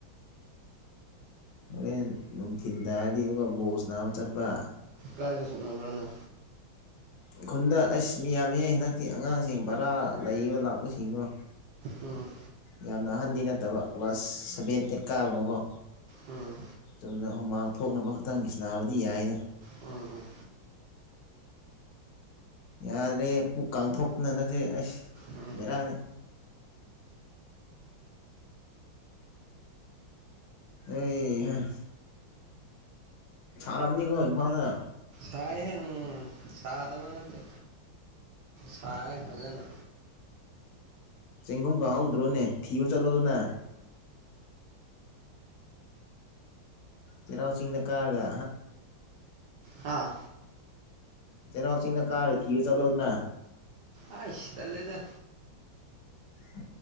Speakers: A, on the left; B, on the right.
A: ꯍꯣꯔꯦꯟ ꯅꯨꯡꯊꯤꯤꯟ ꯇꯥꯔꯗꯤ ꯑꯃꯨꯛꯀ ꯕꯣꯁ ꯅꯥ ꯑꯃ ꯆꯠꯄ
B: ꯀꯥꯏꯗ ꯁꯅꯕ꯭ꯔꯅꯦ
A: ꯈꯨꯈꯟꯗ ꯑꯩꯁ ꯃꯤ ꯌꯥꯝꯃꯤ ꯍꯟꯗꯛꯇꯤ ꯑꯉꯥꯡꯁꯤꯡ ꯚꯔꯥ ꯂꯩꯕ ꯂꯥꯛꯄꯁꯤꯡꯒꯣ
B: ꯎꯝ
A: ꯌꯥꯝꯅ ꯑꯍꯟꯗꯤ ꯅꯠꯇꯕ ꯀ꯭ꯂꯥꯁ ꯁꯚꯦꯟ ꯑꯦꯠ ꯀꯥ ꯑꯃꯒꯣ
B: ꯎꯝ
A: ꯆꯨꯝꯅ ꯍꯨꯃꯥꯡ ꯊꯣꯛꯅꯕ ꯈꯛꯇꯪ ꯁꯟꯅꯕꯗꯤ ꯌꯥꯏꯅ
B: ꯎꯝ ꯎꯝ
A: ꯌꯥꯗ꯭ꯔꯦ ꯄꯨꯛ ꯀꯥꯡꯊꯣꯛꯇꯨꯅ ꯍꯟꯗꯛꯁꯦ ꯑꯩꯁ
B: ꯎꯝ
A: ꯌꯦꯔꯛꯑꯅꯤ ꯑꯦ ꯁꯥꯝꯅꯤꯀꯣ ꯏꯝꯐꯥꯜꯗ
B: ꯁꯥꯏ ꯍꯦ ꯁꯥꯗꯕ ꯅꯠꯇꯦ ꯁꯥꯏ ꯐꯖꯅ
A: ꯆꯦꯡꯒꯨꯝ ꯈꯍꯧꯗ꯭ꯔꯣꯅꯦ ꯊꯤꯌꯣ ꯆꯠꯂꯣ ꯅ ꯇꯔꯥꯎꯁꯤꯡ ꯂꯀꯒꯒ
B: ꯑꯥ
A: ꯆꯩꯅꯥꯎ ꯆꯤꯅ ꯀꯥꯔꯦ ꯊꯤꯔ ꯆꯠꯂꯣꯗꯅ
B: ꯑ ꯏꯁꯗ ꯂꯩꯗ
A: ꯑ